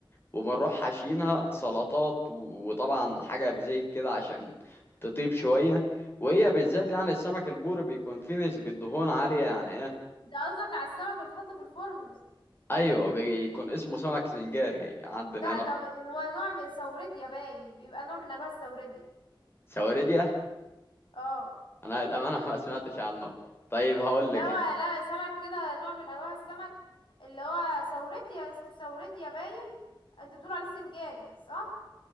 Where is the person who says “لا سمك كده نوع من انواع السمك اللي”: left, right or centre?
Left